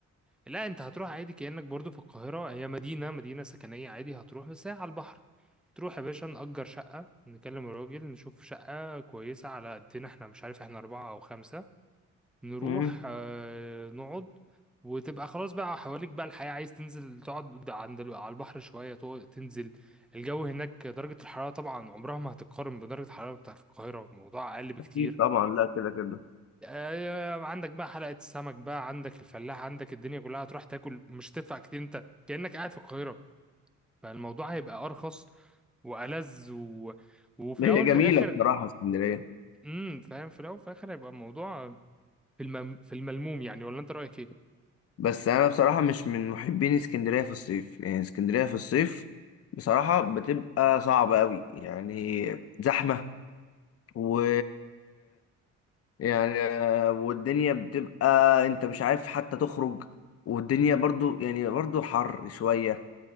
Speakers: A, in the centre; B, on the left.
A: لا انت هتروح عادي كأنك برضو في القاهرة هي مدينة مدينة سكنية عادي هتروح بس هي على البحر تروح يا باشا نأجر شقة نكلم الراجل نشوف شقة كويسة على قدنا احنا مش عارف احنا أربعة أو خمسة نروح
B: مم.
A: آه، نقعد وتبقى خلاص بقى حواليك بقى الحياة عايز تنزل تقعد قد- عند ال- على البحر شوية تقعد تنزل الجو هناك درجة الحرارة طبعا عمرها ما هتتقارن بدرجة الحرارة بتاعت القاهرة الموضوع أقل بكتير
B: أكيد طبعا لا كده كده
A: آه، عندك بقى حلقة السمك بقى عندك الفلاح عندك الدنيا كلها هتروح تاكل مش هتدفع كتير انت كأنك قاعد في القاهرة فالموضوع هيبقى أرخص وألذ و... وفي الأول
B: هي جميلة
A: في الآخر
B: بصراحة اسكندرية
A: امم فاهم في الأول في الآخر هيبقى الموضوع في المم... في الملموم يعني ولا أنت رأيك إيه؟
B: بس أنا بصراحة مش من محبين اسكندرية في الصيف يعني اسكندرية في الصيف بصراحة بتبقى صعبة أوي يعني زحمة و يعني والدنيا بتبقى أنت مش عارف حتى تخرج والدنيا برضو يعني برضو حر شوية